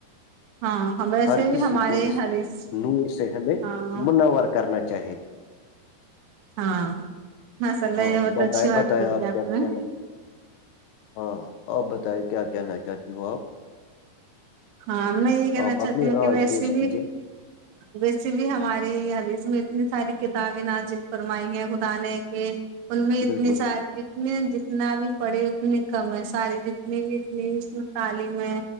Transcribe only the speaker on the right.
ہاں ہم ویسے
بھی
ہمارے
حدیث
ہاں
ہاں ہاںسلہ
یہ وہت
اچھی بات
بولی ہے
آپ نے
ہاں میں یہ کہنا
چاہتی
ہوں
کہ ویسے
بھی
ویسے بھی ہماری حدیث میں اتنی ساری کتابیں ناازل فرمائی ہیں خدا نے کے ان میں اتنی
ساری جتنی جتنا بھی پڑے اتنی کم ہے ساری جنی نہیں اتنی اس میں تعلیم ہے